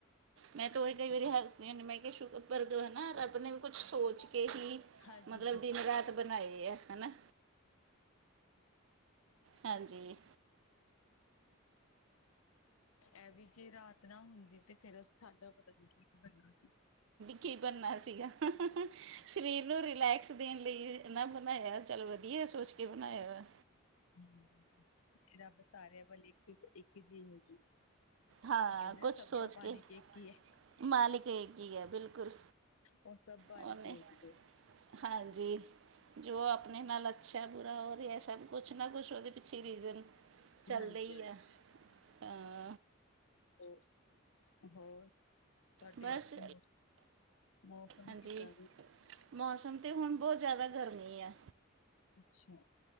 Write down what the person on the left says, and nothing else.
ਹਾਂਜੀ
ਇਹ ਵੀ ਜੇ ਰਾਤ ਨਾ ਹੁੰਦੀ, ਤੇ ਫਿਰ ਸਾਡਾ ਪਤਾ ਨੀ ਕੀ ਬਣਨਾ ਸੀ।
ਹਾਂਜੀ, ਰੱਬ ਸਾਰਿਆਂ ਵੱਲ ਇੱਕ-ਇ ਜੀ ਹੈ ਜੀ,
ਉਹ ਕਹਿੰਦੇ
ਸਬਦਾ
ਮਾਲਿਕ
ਏਕ ਹੀ ਹੈ।
ਉਹ ਸਭ ਬਾਰੇ
ਸੋਚਦੇ।
ਹਾਂਜੀ
ਹਾਂਜੀ
ਓਹ ਹੋ ਹੋਰ ਤੁਹਾਡੇ
ਉਥੇ ਮੌਸਮ
ਕਿੱਦਾਂ ਦੇ
ਅੱਛਾ।